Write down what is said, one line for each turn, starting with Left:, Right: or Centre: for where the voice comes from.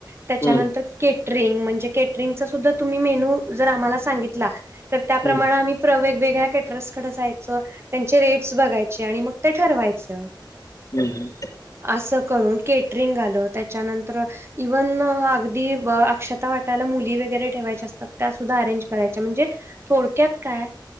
Right: त्याच्यानंतर
Left: हम्म
Right: केटरिंग, म्हणजे केटरिंगचा सुद्धा तुम्ही मेन्यू जर आम्हाला सांगितला तर त्याप्रमाणे
Left: हम्म
Right: आम्ही प्र वेगवेगळ्या कॅट <unintelligible> कड जायच, त्यांचे रेट्स बघायचे आणि मग ते ठरवायचं.
Left: हम्म हम्म.
Right: असं करून केटरिंग आलं त्याच्यानंतर इव्हन अगदी अक्षता वाटायला मुली वगैरे ठेवायच्या असतात त्या सुद्धा अरेंज करायच्या म्हणजे थोडक्यात काय